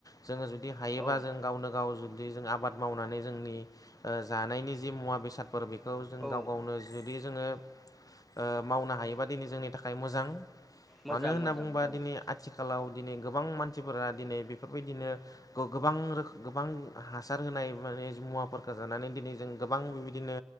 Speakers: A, on the left (about 50°); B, in the centre.
A: जोङो जुदि हायोबा
B: औ
A: जों गावनो गाव जु जि जों आबाद मावनानै जोंनि ओ जानायनि जि मुवा बेसादफोर बेखौ जों
B: औ
A: गाव गावनो जि जुदि जोङो ओ मावनो हायोबा दिनै जोंनि थाखाय मोजां।
B: मोजां
A: मानो होनना
B: मोजां
A: बुंङोबा
B: औ
A: दिनै आथिखालाव दिनै गोबां मानसिफोरा दिनै बेफोरबायदिनो गोबां रोखो गोबां हासार होनाय माने मुवाफोरखौ जानानै दिनै जों गोबां बेबायदिनो